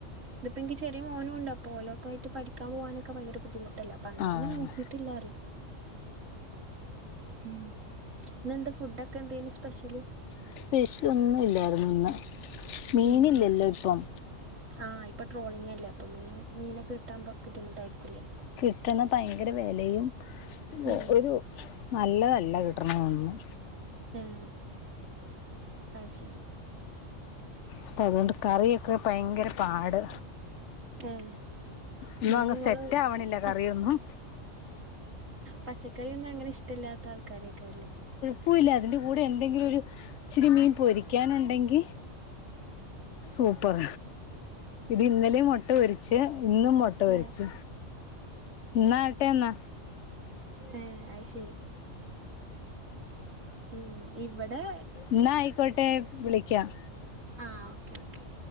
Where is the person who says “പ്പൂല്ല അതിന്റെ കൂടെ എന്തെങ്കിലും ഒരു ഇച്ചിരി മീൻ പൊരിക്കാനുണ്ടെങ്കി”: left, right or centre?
Left